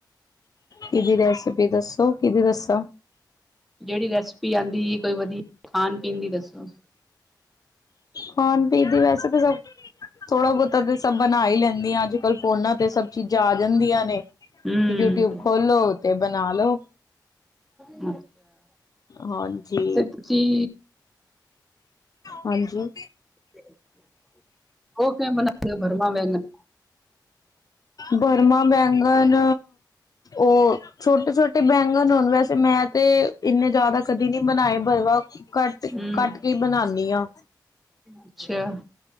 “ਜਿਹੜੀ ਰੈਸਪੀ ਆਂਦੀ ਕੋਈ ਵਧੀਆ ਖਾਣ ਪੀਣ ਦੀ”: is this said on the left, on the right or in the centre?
Centre